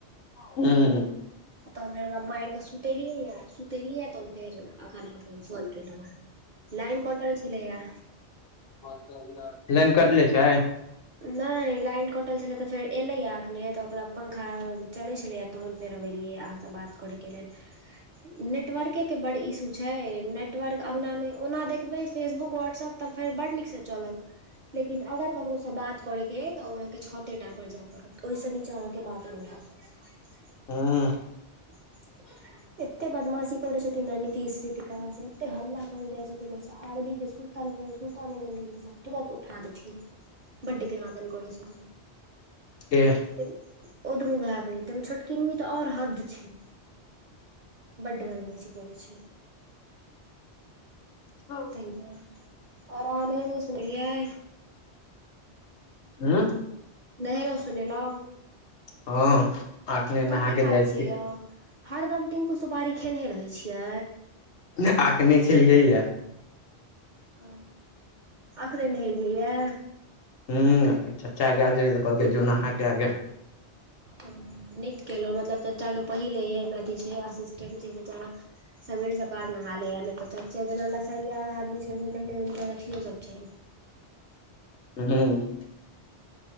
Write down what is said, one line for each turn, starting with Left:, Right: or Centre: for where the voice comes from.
Left: हूं
Right: तहन फेर एकरा माइर कऽ सुतेलियै यै सुतेलियै या तहन फेर अखन अहाँके हम फोन केलौ है। लाइन कटल छेलैया
Left: <unintelligible> लाइन कटले छै
Right: नै लाइन कटल छलै तऽ फेर एलैये अखने तऽ ओकरा पंखा चलै छलैए तहन फेर हम एलेयै यै अहाँ सऽ बात करै के लेल नेटवरके बड्ड इशू छै नेटवर्क अंगना में ओना देखबै फेसबुक व्हाट्सअप तऽ फेर बड़ नीक सऽ चलत लेकिन अगर ककरो सऽ बात करै के अय तऽ ओ अहाँके छते टा पर जै पड़त ओय सऽ नीचा अहाँके बात नै हैत <unintelligible>
Left: हऽ
Right: <unintelligible> एत्ते बदमाशी करै छथिन नऽ नितीश ऋतिका से एत्ते हल्ला करै जाए छथिन न से आरबी के सु तल सुतऽ नै दै छै सब तुरत उठा देथिन बड्ड केनादैन करै छथिन
Left: के
Right: ओ दुनू भै बहिन तय में छोटकिनमी तऽ और हद छै बड्ड बदमाशी करै छै
Left: ह
Right: और अहाँ नहेलियै सुनेलियै
Left: ऊऽ
Right: नहेलौ सुनेलौ
Left: हँ अखने
Right: कथी
Left: नहा
Right: खाय
Left: के जाइ
Right: छियै यौ हरदम टिंकु सुपारी खेनहे रहै छियै
Left: नै अखने खेलिये यै
Right: औ अखने नहेलिये यै
Left: हूं चच्चा गैल छलै तऽ कहलकै जो नहा के आ गऽ
Right: ओ नीक केलौ मतलब चच्चा के पहिल एहन अथी छै असिस्टेंट जे बेचारा सबेर सकाल नहा लैया नै तऽ चच्चे जेना लसरिया आदमी छथिन तेहने हुनकर अथियो सब छैन
Left: हू